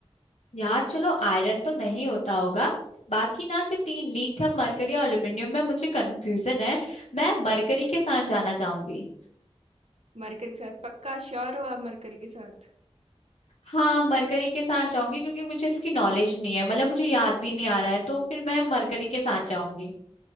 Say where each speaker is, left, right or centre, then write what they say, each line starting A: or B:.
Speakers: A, on the left; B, on the right.
A: यार चलो आयरन तो नहीं होता होगा बाकी ना जो तीन लीड थे मरकरी और एल्यूमिनियम में मुझे कंफ्यूजन है मैं मरकरी के साथ जाना चाहूंगी
B: मरकरी के साथ पक्का श्योर हो आप मरकरी के साथ
A: हाँ मरकरी के साथ जाऊंगी क्योंकि मुझे इसकी नॉलेज नहीं है मतलब मुझे याद भी नहीं आ रहा है तो फिर मैं मरकरी के साथ जाऊंगी